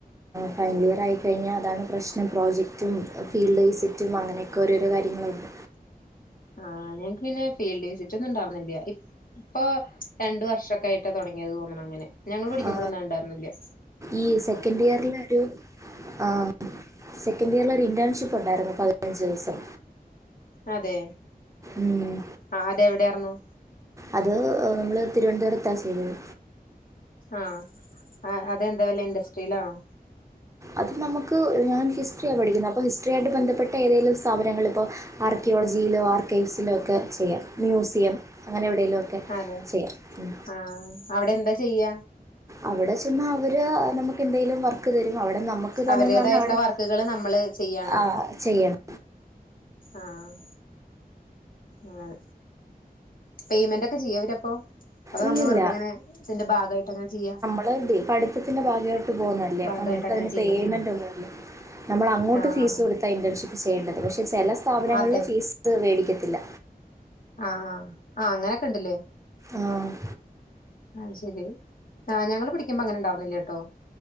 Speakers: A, on the right; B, on the left.
A: ഫൈനൽ ഇയർ ആയിക്കഴിഞ്ഞാ അതാണ് പ്രശ്നം പ്രോജക്റ്റും ഫീൽഡ് വിസിറ്റും അങ്ങനെയൊക്കെ ഓരോരോ കാര്യങ്ങളുണ്ട്.
B: ആഹ് ഞങ്ങക്ക് പിന്നെ ഫീൽഡ് വിസിറ്റ് ഒന്നും ഉണ്ടായിരുന്നില്ല- ഇപ്പൊ രണ്ട് വർഷൊക്കായിട്ടാ തൊടങ്ങിയത് തോന്ന്ണ് അങ്ങനെ ഞങ്ങള് പഠിക്കുമ്പോഴൊന്നും
A: ആ,
B: ഒണ്ടാരുന്നില്ലിയ
A: ഈ സെക്കൻഡ് ഇയറിലെ ഒരു ആഹ്- സെക്കൻഡ് ഇയറിലൊരു ഇന്റേണ്ഷിപ്പ് ഉണ്ടായിരുന്നു പതിനഞ്ച് ദിവസം
B: അതെ
A: ഉം.
B: ആഹ് അതെവിടെയാർന്നു
A: അത് നമ്മള് തിരുവനന്തപുരത്താ ചെയ്തത്
B: ആഹ് അ അതെന്താ വല്ല ഇൻഡസ്ട്രിയിലാണോ
A: അത് നമുക്ക് ഞാൻ ഹിസ്റ്ററിയാ പഠിക്കുന്നത് അപ്പോ ഹിസ്റ്റിയായിട്ട് ബന്ധപ്പെട്ട ഏതേലും സ്ഥാപനങ്ങള് ഇപ്പോ- ആർക്കിയോളജിയിലോ ആർക്കൈവ്സിലോ ഒക്കെ ചെയ്യാം മ്യൂസിയം അങ്ങനെ എവിടേലും ഒക്കെ
B: അതെ
A: ചെയ്യാം ഉം
B: ആഹ് അവിടെന്താ ചെയ്യ്ക
A: അവിടെ ചെന്നാ അവര് നമുക്ക് എന്തേലും വർ വർക്ക് തരും അവിടെ നമ്മക്ക് തന്നന്ന്
B: അവരുടേതായിട്ടുള്ള
A: പറഞ്ഞ അവിടെ
B: വർക്കുകള് നമ്മള് ചെയ്യാണോ
A: ആഹ് ചെയ്യണം
B: ആഹ് അങ്ങനെ പേയ്മെന്റൊക്കെ ചെയ്യൊ അവര് അപ്പൊ അതൊ
A: ഇല്ലില്ല
B: നമ്മള് വെറുതെ ഇങ്ങനെ ഇതിന്റെ ഭാഗായിട്ടങ്ങനെ ചെയ്യാ
A: നമ്മളത് പഠിത്തിന്റെ ഭാഗായിട്ട് പോന്നല്ലേ
B: ഭാഗായിട്ട്
A: അപ്പൊ നമുക്കതിന്
B: അങ്ങനെ ചെയ്യാണല്ലേ
A: പേയ്മെന്റ് ഒന്നുയില്ല നമ്മള് അങ്ങോട്ട്
B: ആഹ്
A: ഫീസ് കൊടുത്ത ഇന്റേൺഷിപ്പ് ചെയ്യേണ്ടത് പക്ഷെ ചെല സ്ഥാപനങ്ങളില്
B: ആഹ് അതെ
A: ഫീസ് സ് വേടിക്കത്തില്ല
B: ആഹ് ആഹ് അങ്ങനെക്കെ ഇണ്ട് ഇല്ലേ
A: ആഹ്
B: അത് ശരി ആഹ് ഞങ്ങള് പഠിക്കുമ്പോ അങ്ങനെ ഉണ്ടാർന്നില്ല്യട്ടോ